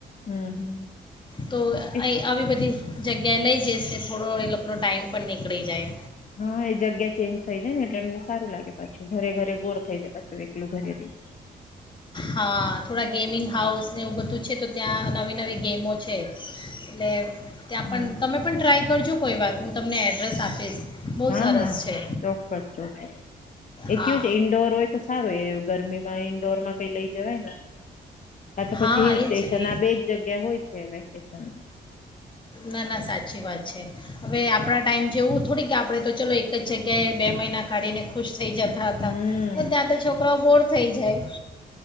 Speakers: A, on the left; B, on the left.
A: હમ હમ હમ
B: તો
A: એ
B: અઈ આવી બધી જગ્યાએ લઈ જઈશે થોડો એ લોકોનો ટાઈમ પણ નીકળી જાય.
A: હા એ જગ્યા ચેન્જ થઈ જાય ને એટલે એમને સારું લાગે પાછું ઘરે ઘરે બોર થઈ જાય પાછું એકલું ઘરે રહી.
B: હા થોડા ગેમિંગ હાઉસ ને એવું બધું છે તો ત્યાં નવી નવી ગેમો છે. એટલે ત્યાં પણ,
A: હમ
B: તમે પણ ટ્રાય કરજો કોઈ વાર હું તમને એડ્રેસ આપીશ. બહુ
A: હા
B: સરસ
A: હા,
B: છે
A: ચોક્કસ ચોક્કસ, એ
B: હા
A: કેવું છે ઈન્ડોર હોય તો સારું ગરમી ઈન્ડોર માં કઈ લઈ જવાય ને. આ તો
B: હા
A: પછી હિલ
B: એ
A: સ્ટેશન
B: જ ને
A: આ બેજ જગ્યા હોય છે વેકેશન.
B: ના ના સાચી વાત છે હવે આપણા ટાઈમ જેવું થોડીક આપડે તો ચાલ એક જગ્યાએ બે મહિના કાઢીને ખુશ થઈ જતા હતા.
A: હમ
B: ત્યાં તો છોકરાઓ બોર્ડ થઈ જાય.